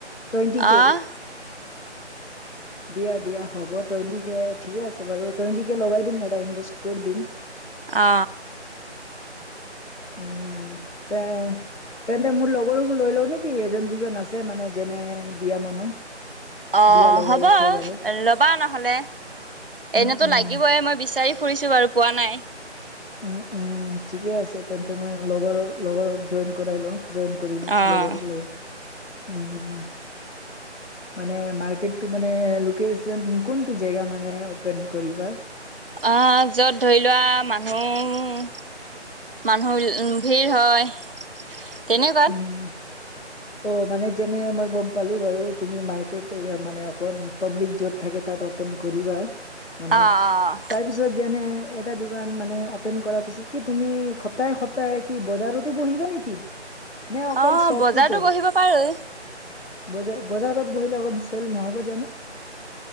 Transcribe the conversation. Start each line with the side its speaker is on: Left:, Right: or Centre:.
Left: টুৱেণ্টি
Right: অ'
Left: কে। দিয়া দিয়া হ'ব টুৱেণ্টি কে ঠিকে আছে বাৰু টুৱেণ্টিকে লগাই দিম এটা ইনভেষ্ট কৰি দিম।
Right: অ।
Left: উম, তে তেন্তে মোৰ লগৰবোৰ লৈ লও নেকি? এজন দুজন আছে মানে যেনে দিয়া মানুহ।
Right: অ
Left: দিয়া লগৰ
Right: হ'ব
Left: আছে বাৰু
Right: ল'বা নহ'লে।
Left: উম
Right: এনেতো
Left: উম
Right: লাগিবই, মই বিচাৰি ফুৰিছো বাৰু পোৱা নাই।
Left: উম উম ঠিকে আছে তেন্তে মই লগৰক লগৰক জইন কৰাই লওঁ। জইন কৰি লো
Right: অ'
Left: লগৰ তোৰ লগত। উম উম মানে মাৰ্কেটো মানে লোকেচন কোনটো জেগাত মানে অপেন কৰিবা?
Right: আহ য'ত ধৰি লোৱা মানুহ মানুহ ভিৰ হয়। তেনেকুৱাত
Left: উম। অ মানে যেনে মই গম পালো বাৰু তুমি মাৰ্কেট মানে পাব্লিক য'ত থাকে তাত অপেন কৰিবা মানে
Right: অ' অ'
Left: তাৰপিছত যেনে এটা দোকান মানে অপেন কৰাৰ পিছত কি তুমি সপ্তাহে সপ্তাহে কি বজাৰতো বহিবা নেকি? নে অকল
Right: অ'
Left: চপটোতে?
Right: বজাৰতো বহিব পাৰোঁ
Left: বজা-বজাৰত বহিলে <unintelligible> চেল নহ'ব জানো।